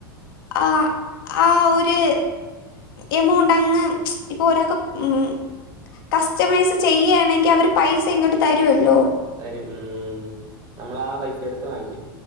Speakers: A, on the left; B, on the right.
A: ആ ആ ഒരു എമൗണ്ട് അങ്ങ് ഇപ്പൊ ഒരാക്ക് ഉം കസ്റ്റമൈസ് ചെയ്യാണെങ്കി അവര് പൈസ ഇങ്ങോട്ട് തരോല്ലോ
B: തരും ഉം നമ്മള് ആ പൈസ എടുത്ത് വാങ്ങിക്കും